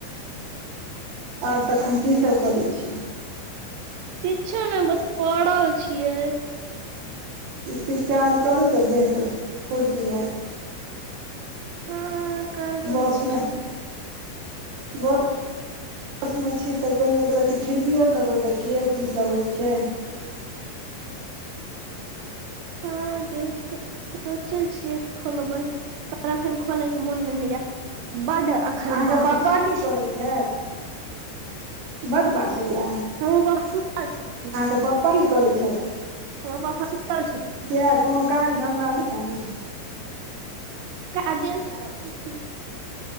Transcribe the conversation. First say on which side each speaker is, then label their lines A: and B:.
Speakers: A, on the right (about 60°); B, on the right (about 85°).
A: आओर तखन की सभ करै छियै
B: किछो ने बस पड़ल छियै
A: उठिके चार्ज करू तऽ देह के फूर्ती हैत
B: हँ करबै
A: बसमे
B: किछो
A: बस बस मे छी तऽ कनि एकरती खिड़कियो के तऽ देखियौ की सब होइ छै
B: हँ देख सोचे छियै खोलबे पर एखन खोलयके मोन नहि होइया बड अखन
A: अहाँके
B: बारिश
A: पापा
B: होइ
A: की करै छै बड बसैया
B: रहो बक सुतल छथिन
A: अहाँके पप्पा की करे छैथ
B: हमर पप्पा सुतल छथिन
A: किया कोनो काज धन्धा नहि छैन्ह
B: काजेसँ आयल छथिन